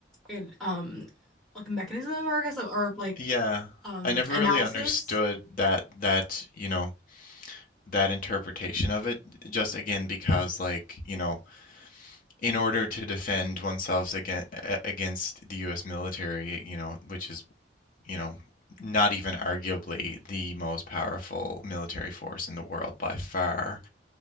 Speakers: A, in the centre; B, on the left (about 45°).
A: and, um like mechanism or I guess or like
B: Yeah.
A: um
B: I never
A: analysis.
B: really understood that that, you know, that interpretation of it just again because like, you know, in order to defend oneself against against the US military, you know, which is, you know, not even arguably the most powerful military force in the world by far.